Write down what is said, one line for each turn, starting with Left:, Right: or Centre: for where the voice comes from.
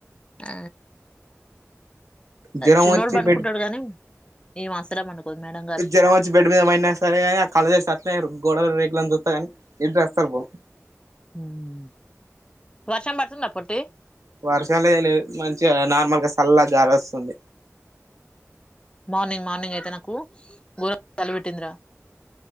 Left: ఆ
Right: జ్వరం
Left: చిన్నోడు
Right: వచ్చి
Left: పనుకుంటాడు
Right: బెడ్
Left: గాని ఈమే అసలే పడుకోదు మేడం గారు
Right: జ్వరం వచ్చి బెడ్ మీద పోయిన సరే కానీ ఆ కాలేజ్లా స్ట్రక్ ఆయీలు గోడలు రేకులను చూస్తా గానీ ఇంటి వస్తారు పో
Left: మ్మ్ వర్షం పడుతుంద పొట్టి
Right: వర్షాల్ ఎం లేవు మంచిగా నార్మల్గా చల్గా గాలి వస్తుంది
Left: మార్నింగ్ మార్నింగ్ అయితే నాకు గోరంగా చలి పెట్టిందిరా